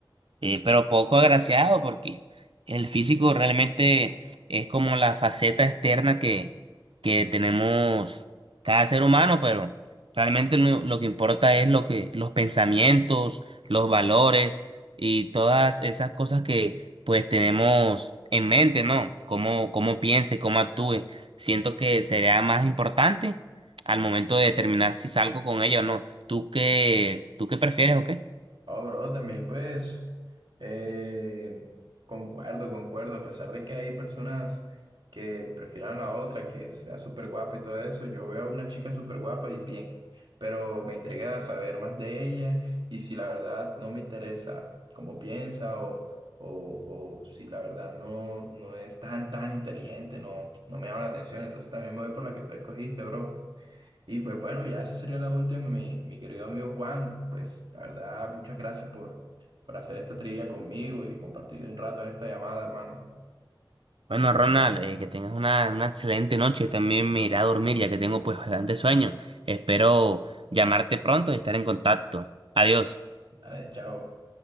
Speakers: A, on the right; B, on the right.
A: Eh, pero poco agraciado porque el físico realmente es como la faceta externa que, que tenemos cada ser humano, pero realmente lo, lo que importa es lo que, los pensamientos, los valores y todas esas cosas que pues tenemos en mente, ¿no? Cómo, cómo piense, cómo actúe. Siento que sería más importante al momento de determinar si salgo con ella o no. ¿Tú qué, tú qué prefieres o qué?
B: Oh, bro, también pues eh, concuerdo, concuerdo, a pesar de que hay personas que prefieran a la otra, que sea súper guapa y todo eso, yo veo a una chica súper guapa y bien, pero me intriga saber más de ella y si la verdad no me interesa cómo piensa o, o, o si la verdad no, no es tan, tan inteligente, no, no me llama la atención, entonces también me voy por la que tú escogiste, bro. Y pues bueno, ya esa sería la última, mi, mi querido amigo Juan. Pues la verdad, muchas gracias por, por hacer esta trivia conmigo y compartir un rato en esta llamada, hermano.
A: Bueno, Ronald, eh, que tengas una, una excelente noche. Yo también me iré a dormir ya que tengo pues bastante sueño. Espero llamarte pronto y estar en contacto. Adiós.
B: Dale, chao.